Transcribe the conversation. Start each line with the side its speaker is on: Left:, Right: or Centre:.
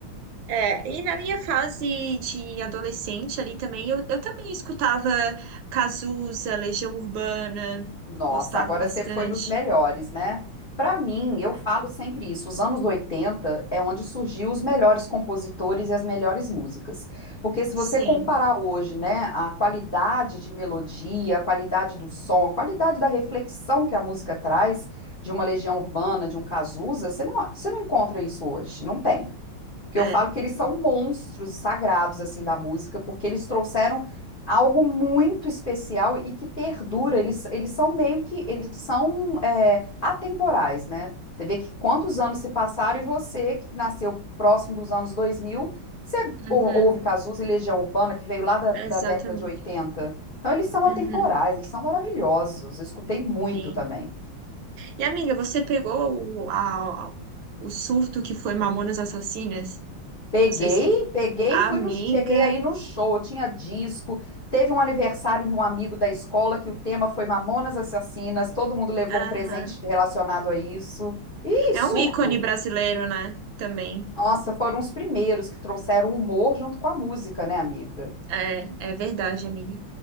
Right: É, e na minha fase de adolescente ali também, eu, eu também escutava Cazuza, Legião Urbana,
Left: Nossa,
Right: gostava
Left: agora
Right: bastante.
Left: você foi nos melhores, né? Para mim, eu falo sempre isso, os anos 80 é onde surgiu os melhores compositores e as melhores músicas. Porque se você
Right: Sim,
Left: comparar hoje, né, a qualidade de melodia, a qualidade do som, a qualidade da reflexão que a música traz de uma Legião Urbana, de um Cazuza, você não, você não encontra isso hoje, não tem. Porque
Right: é.
Left: eu falo que eles são monstros sagrados, assim, da música, porque eles trouxeram algo muito especial e que perdura. Eles, eles são meio que, eles são é, atemporais, né? Você vê que quantos anos se passaram e você, que nasceu próximo dos anos 2000, você
Right: Uhum,
Left: ou- ouve Cazuza e Legião Urbana, que veio lá da, da
Right: exatamente.
Left: década de 80. Então, eles são
Right: Uhum,
Left: atemporais, eles são maravilhosos. Eu escutei muito
Right: sim.
Left: também.
Right: E amiga, você pegou o, a- o surto que foi Mamonas Assassinas?
Left: Peguei,
Right: Não sei se tu.
Left: peguei
Right: Amiga,
Left: e fui no, cheguei aí no show, tinha disco, teve um aniversário de um amigo da escola que o tema foi Mamonas Assassinas, todo mundo levou
Right: aham.
Left: um presente relacionado a isso. Ih,
Right: É
Left: surto.
Right: um ícone brasileiro, né? Também.
Left: Nossa, foram os primeiros que trouxeram humor junto com a música, né, amiga?
Right: É, é verdade, amiga.